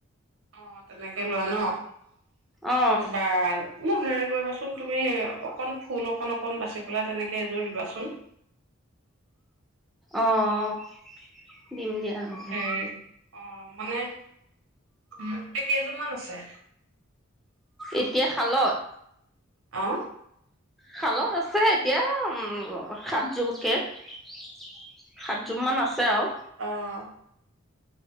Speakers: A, on the right (about 80°); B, in the centre.
A: অ', তেনেকে লোৱা ন'।
B: অ
A: বাৰ মোক হেৰি কৰিবাচোন তুমি অকন ফুল অকন অকন বাচি পেলাই তেনেকে এযোৰ দিবাচোন।
B: অ', দিম দিয়া। তেনেকে
A: হেৰি অ', মানে এতিয়া কেইযোৰমান আছে?
B: এতিয়া খালত
A: অহ।
B: খালত আছে এতিয়া উম, সাতযোৰকে সাতযোৰ মান আছে আৰু।
A: অহ।